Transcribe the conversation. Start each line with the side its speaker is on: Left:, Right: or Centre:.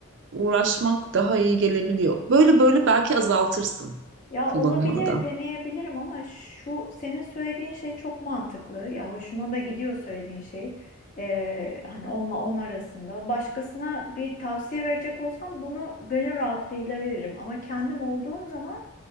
Right: uğraşmak daha iyi gelebiliyor. Böyle böyle belki azaltırsın
Left: Ya
Right: kullanımını
Left: olabilir,
Right: da.
Left: deneyebilirim ama şu senin söylediğin şey çok mantıklı. Ya hoşuma da gidiyor söylediğin şey. Ee, hani onunla on arasında. Başkasına bir tavsiye verecek olsam bunu gönül rahatlığıyla veririm. Ama kendim olduğum zaman